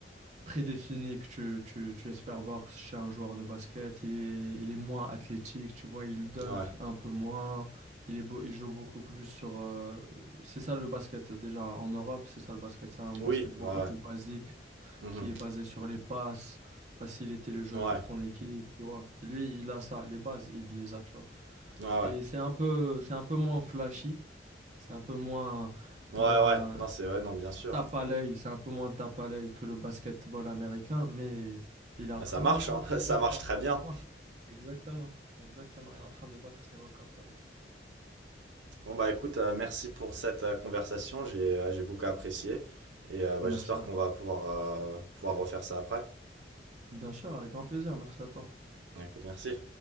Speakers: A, on the right (about 40°); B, on the right (about 80°).
A: prédéfini que tu, tu, tu espères voir chez un joueur de basket. Il est, il est moins athlétique, tu vois, il dunk
B: ouais.
A: un peu moins, il est beau, il joue beaucoup plus sur. euh, c'est ça le basket, déjà en Europe, c'est ça le basket, c'est un basket
B: Oui,
A: beaucoup
B: ouais, ouais.
A: plus basique
B: Mhm.
A: qui est basé sur les passes. faciliter le jeu
B: Ouais,
A: pour ton équipe, tu vois. Lui, il a ça, les bases, il les a, tu vois.
B: ouais, ouais.
A: Et c'est un peu, c'est un peu moins flashy, c'est un peu moins,
B: Ouais,
A: moins
B: ouais. Non, c'est, ouais, non, bien sûr.
A: tape à l'œil, c'est un peu moins tape à l'œil que le basketball américain, mais il est en
B: Bah,
A: train
B: ça marche,
A: de battre
B: hein. <laughs>
A: des
B: Ça
A: records.
B: marche très bien.
A: Ah bon Exactement, exactement, il est en train de battre ses records avec.
B: Bon, bah, écoute, euh, merci pour cette euh, conversation. J'ai, euh, j'ai beaucoup apprécié. Et euh, bah,
A: Merci
B: j'espère
A: à
B: qu'on
A: toi.
B: va pouvoir, euh, pouvoir refaire ça après.
A: Bien sûr, avec grand plaisir, merci à toi.
B: Écoute, merci.